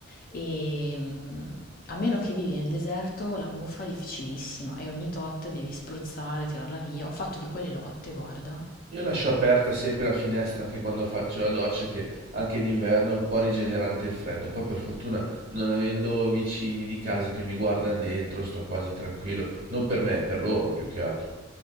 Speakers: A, on the left; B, on the right.
A: e mm, a meno che vivi nel deserto, la muffa è difficilissima e ogni tot devi spruzzare, tirarla via. Ho fatto di quelle lotte, guarda.
B: Io lascio aperta sempre la finestra anche quando faccio la doccia, che anche d'inverno è un po' rigenerante il freddo. Poi per fortuna non avendo vicini di casa che mi guardano dentro, sto quasi tranquillo. Non per me, per loro più che altro.